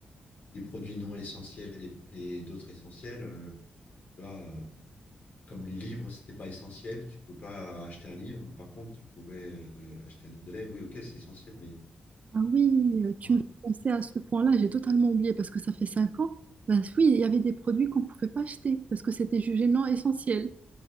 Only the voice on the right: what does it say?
Ah oui, euh, tu
me fais penser à ce point-là, j'ai totalement oublié parce que ça fait cinq ans. Ben oui, il y avait des produits qu'on ne pouvait pas acheter parce que c'était jugé non essentiel.